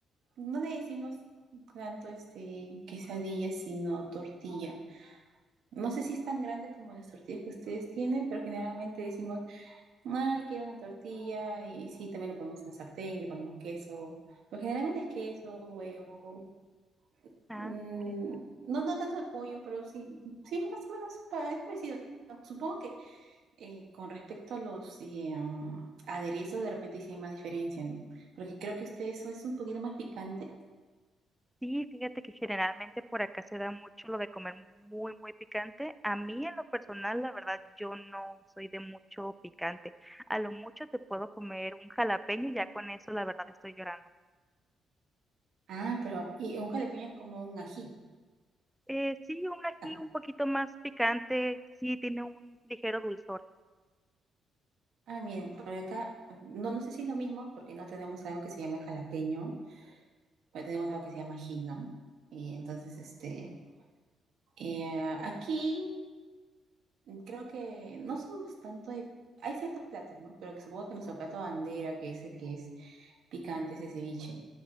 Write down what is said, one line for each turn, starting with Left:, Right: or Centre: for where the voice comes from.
Right: No le decimos tanto este quesadilla, sino tortilla. No sé si es tan grande como las tortillas que ustedes tienen, pero generalmente decimos, ah, quiero una tortilla, y sí, también lo ponemos en la sartén, le ponemos queso, pero generalmente es queso, huevo,
Centre: Ah,
Right: mm,
Centre: ok.
Right: no, no tanto de pollo, pero sí, sí, más o menos pa- es parecido. Supongo que eh, con respecto a los eh, um, aderezos, de repente sí hay más diferencia, ¿no? Porque creo que usted eso es un poquito más picante
Centre: Sí, fíjate que generalmente por acá se da mucho lo de comer muy, muy picante. A mí en lo personal, la verdad, yo no soy de mucho picante. A lo mucho te puedo comer un jalapeño y ya con eso, la verdad, estoy llorando.
Right: Ah, pero y un jalapeño es como un ají.
Centre: Eh, sí, un ají
Right: Ah,
Centre: un poquito más picante, sí, tiene un ligero dulzor.
Right: ah, miren, por acá no, no sé si es lo mismo porque no tenemos algo que se llame jalapeño, pero tenemos algo que se llama ají, ¿no? Y entonces, este, eh, aquí creo que no somos tanto de... Hay ciertos platos, ¿no? Pero que supongo que nuestro plato bandera, que ese que es picante, ese ceviche.